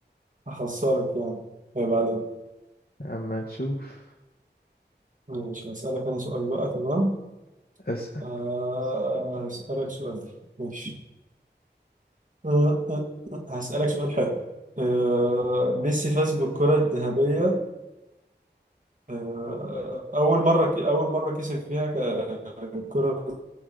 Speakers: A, on the right (about 45°); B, on the left (about 55°).
A: هخسرك يعني عيب عليك
B: أما نشوف
A: ماشي هسألك أنا سؤال بقى تمام
B: اسأل
A: آه هسألك سؤال ماشي آه آه آه، هسألك سؤال حلو آه ميسي فاز بالكرة الذهبية آه أول مرة أول مرة كسب فيها ك- الكرة